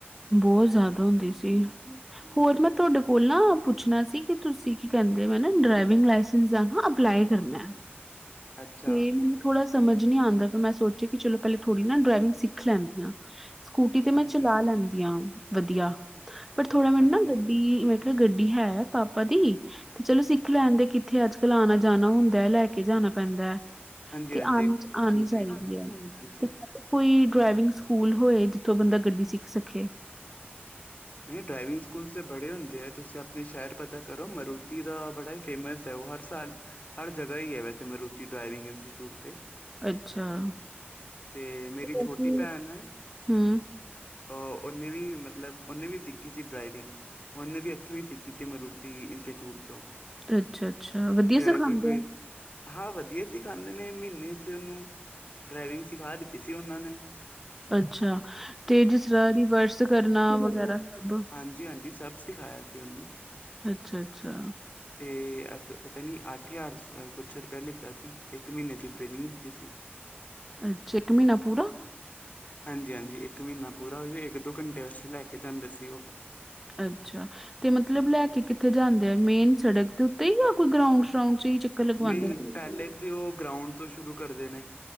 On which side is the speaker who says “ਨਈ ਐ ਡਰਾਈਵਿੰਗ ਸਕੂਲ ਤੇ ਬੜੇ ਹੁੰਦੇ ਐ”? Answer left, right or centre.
Left